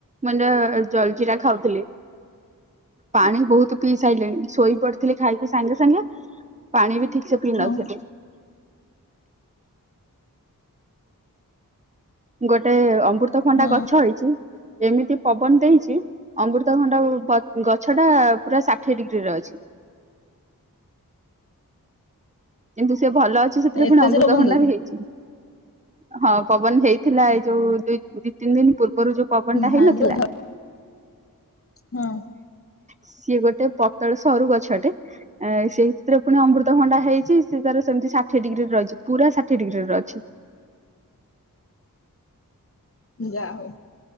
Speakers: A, on the right; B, on the left.
A: ମୁଁ ଏଇନା ଜଲଜିରା ଖାଉଥିଲି ପାଣି ବହୁତ ପିଇ ସାରିଲେଣି ଶୋଇ ପଡିଥିଲି ଖାଇକି ସାଙ୍ଗେ ସାଙ୍ଗେ ପାଣି ବି ଠିକ ସପଲାଲ
B: ହଁ
A: ସେଟେ ଗୋଟେ ଅମୃତଭଣ୍ଡା
B: ହଁ
A: ଗଛ ହେଇଛି ଏମିତି ପବନ ଦେଇଛି ଅମୃତ ଖଣ୍ଡ ଗଛ ଟା ପୁରା ଷାଠିଏ ଡିଗ୍ରୀ ରେ ଅଛି କିନ୍ତୁ ସେ ଭଲ ଅଛି ସେଥିରେ
B: ଏତେ
A: ପୁଣି ଅମୃତଭଣ୍ଡା
B: ଜୋରେ ବନ୍ଧୁଛି
A: ବି ହେଇଛି ହଁ ପବନ ହେଇଥିଲା ଏଇ ଯୋଉ ଦିଇ ଦି ତିନି ଦିନ ପୂର୍ବରୁ ଯୋଉ ପବନ ଟା
B: ଭାଙ୍ଗିବ
A: ହେଇନଥିଲା
B: ଧ ହଁ
A: ସିଏ ଗୋଟେ ପତଳ ସରୁ ଗଛଟେ ସେଇଥିରେ ପୁଣି ଅମୃତଭଣ୍ଡା ହେଇଛି ସେ ତାର ସେମି ଷାଠଏ ଡିଗ୍ରୀରେ ଅଛି ପୁରା ାିଏ ଡି୍ରୀରେ ଅଛି
B: ଯାହଉ